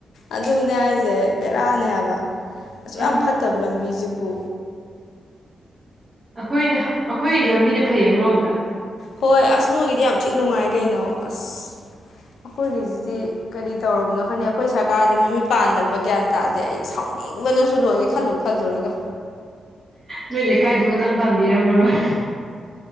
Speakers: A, on the left; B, on the right.
A: ꯑꯗꯨꯅꯦ ꯍꯥꯏꯁꯦ ꯕꯦꯔꯥꯅꯦ ꯍꯥꯏꯕ ꯑꯁꯨꯛ
B: ꯎꯝꯍꯨꯝ
A: ꯌꯥꯝ ꯐꯠꯇꯕ ꯂꯝꯕꯤꯁꯤꯕꯨ꯫
B: ꯑꯩꯈꯣꯏꯅ ꯑꯩꯈꯣꯏꯒꯤ ꯂꯝꯕꯤꯗ ꯐꯩ ꯑꯃꯔꯣꯝꯗ꯫
A: ꯍꯣꯏ ꯑꯁ ꯅꯣꯏꯒꯤꯗꯤ ꯌꯥꯝ ꯊꯤ ꯅꯨꯡꯉꯥꯏ ꯀꯩꯅꯣ ꯑꯁ꯫ ꯑꯩꯈꯣꯏꯒꯤꯁꯤꯖꯤꯛꯇꯤ ꯀꯔꯤ ꯇꯧꯔꯕꯅꯣ <unintelligible> ꯑꯩꯈꯣꯏ ꯁꯔꯀꯥꯔꯁꯦ ꯃꯃꯤ ꯄꯥꯟꯗ꯭ꯔꯕ ꯒ꯭ꯌꯥꯟ ꯇꯥꯗꯦ ꯑꯩ ꯁꯥꯎꯅꯤꯡꯕꯅꯁꯨ ꯂꯣꯛꯑꯦ ꯈꯜꯂꯨ ꯈꯜꯂꯨꯔꯒ꯫
B: ꯅꯣꯏ ꯂꯩꯀꯥꯏꯗꯨ ꯈꯛꯇꯪ ꯄꯥꯝꯕꯤꯔꯝꯃꯔꯣꯏ꯫